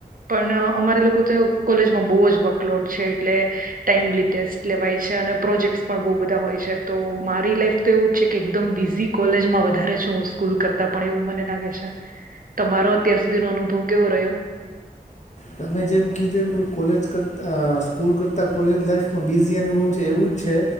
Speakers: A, on the right; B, on the left.
A: પણ અમારે લોકો તો કોલેજમાં બહુ જ વર્કલોડ છે એટલે ટાયમલી ટેસ્ટ લેવાય છે અને પ્રોજેક્ટસ પણ બહ બધા હોય છે તો મારી લાઈફ તો એવું જ છે કે એકદમ બીઝી કોલેજમાં વધારે છું સ્કૂલ કરતા પણ એવું મને લાગે છે તમારો અત્યાર સુધીનો અનુભવ કેવો રહ્યો?
B: તમે જેમ કીધું એમ કે કોલેજ કરતા આહ સ્કૂલ કરતાં કોલેજ લાઈફમાં બિઝી અનુભવ છે એવું જ છે